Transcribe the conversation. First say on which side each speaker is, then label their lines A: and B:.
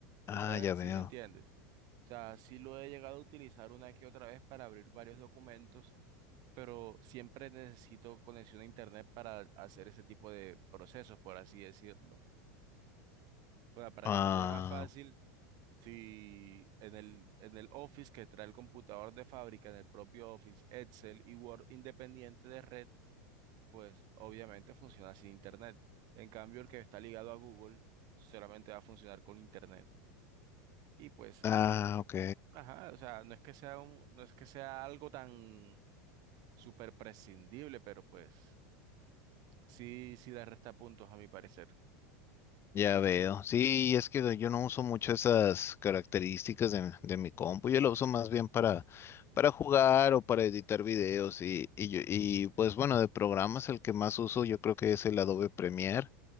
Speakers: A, on the right (about 55°); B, on the left (about 30°).
A: Si
B: Ah,
A: sabes,
B: ya
A: si
B: veo.
A: me entiendes. O sea, sí lo he llegado a utilizar una que otra vez para abrir varios documentos, pero siempre necesito conexión a internet para hacer ese tipo de procesos, por así decirlo. O sea, para
B: Ah,
A: que me entiendas más fácil. Si en el, en el Office que trae el computador de fábrica, en el propio Office, Excel y Word independiente de red, pues obviamente funciona sin Internet. En cambio, el que está ligado a Google solamente va a funcionar con Internet. Y pues,
B: ah, ok.
A: ajá, o sea, no es que sea un, no es que sea algo tan súper prescindible, pero pues sí, sí le resta puntos a mi parecer.
B: Ya veo. Sí, es que yo no uso mucho esas características de, de mi compu. Yo lo uso más bien para, para jugar o para editar videos. Y, y, yo- y pues bueno, de programas el que más uso yo creo que es el Adobe Premiere.